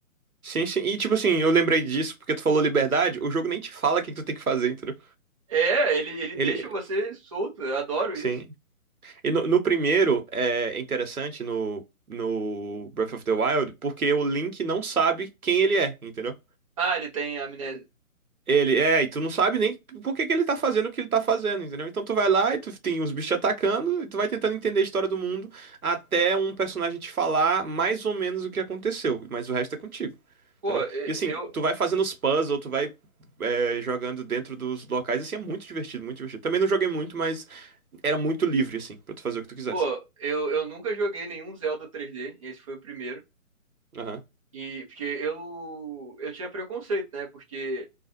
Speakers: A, on the right (about 85°); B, on the right (about 25°).
A: Sim, sim. E tipo assim, eu lembrei disso porque tu falou liberdade, o jogo nem te fala o que que tu tem que fazer, entendeu?
B: É, ele, ele
A: Ele,
B: deixa você solto. Eu adoro
A: sim.
B: isso.
A: E no, no primeiro, é interessante no, no Breath of the Wild, porque o Link não sabe quem ele é, entendeu?
B: Ah, ele tem amnésia.
A: Ele, é, e tu não sabe nem por que que ele tá fazendo o que ele tá fazendo, entendeu? Então tu vai lá e tu tem os bichos te atacando e tu vai tentando entender a história do mundo até um personagem te falar mais ou menos o que aconteceu, mas o resto é contigo,
B: Pô,
A: entendeu?
B: e-
A: E assim,
B: eu.
A: tu vai fazendo os puzzles, tu vai é, jogando dentro dos locais, assim, é muito divertido, muito divertido. Também não joguei muito, mas era muito livre, assim, pra tu fazer o que tu quisesse.
B: Pô, eu, eu nunca joguei nenhum Zelda 3D. Esse foi o primeiro.
A: Aham.
B: E porque eu eu tinha preconceito, né? Porque